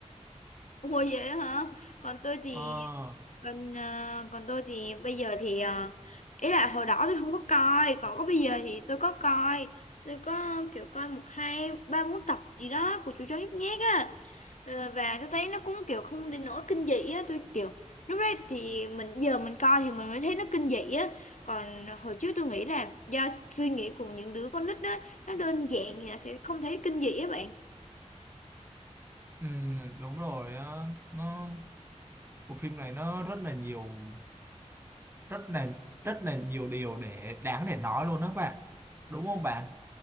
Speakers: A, on the left; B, on the right.
A: Ủa vậy á hả? Còn tôi thì,
B: ờ
A: còn ờ, còn tôi thì bây giờ thì, ờ, ý là hồi đó tôi không có coi, còn có bây giờ thì tôi có coi, tôi có kiểu coi một hai ba bốn tập gì đó của chú chó nhút nhát á Ờ, và tôi thấy nó cũng kiểu không đến nỗi kinh dị á tôi kiểu lúc đấy thì mình giờ mình coi thì mình mới thấy nó kinh dị á còn hồi trước tôi nghĩ là do suy nghĩ của những đứa con nít á nó đơn giản thì nó sẽ không thấy kinh dị á bạn
B: Ừ, đúng rồi á nó bộ phim này nó rất là nhiều rất là rất là nhiều điều để đáng để nói luôn đó bạn đúng không bạn